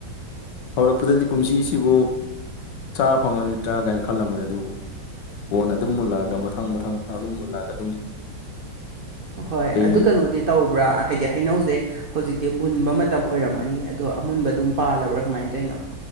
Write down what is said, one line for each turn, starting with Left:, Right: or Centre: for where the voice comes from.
Left: ꯍꯧꯔꯛꯄꯗꯗꯤ ꯀꯨꯝꯁꯤꯁꯤꯕꯨ ꯆꯥꯕ ꯐꯪꯉꯣꯏꯗ꯭ꯔꯥꯅꯦ ꯈꯜꯂꯝꯕꯅꯤ ꯑꯗꯨꯕꯨ ꯀꯣꯟ ꯑꯗꯨꯝ ꯃꯨꯜꯂꯛꯑꯒ ꯃꯊꯪ ꯃꯊꯪ ꯃꯊꯪ ꯑꯗꯨꯝ ꯃꯨꯜꯂꯛꯑꯒ ꯑꯗꯨꯝ
Right: ꯍꯣꯏ
Left: ꯀꯩ
Right: ꯑꯗꯨ ꯀꯩꯅꯣꯗꯤ ꯇꯧꯕ꯭ꯔꯥ ꯍꯥꯏꯗꯤ ꯍꯩꯅꯧꯁꯦ ꯍꯧꯖꯤꯛꯇꯤ ꯃꯨꯟꯕ ꯃꯇꯝ ꯑꯣꯏꯔꯝꯃꯅꯤ ꯑꯗꯣ ꯑꯃꯨꯟꯕ ꯑꯗꯨꯝ ꯄꯥꯜꯂꯕ꯭ꯔꯥ ꯀꯃꯥꯏꯅ ꯇꯧꯔꯤꯅꯣ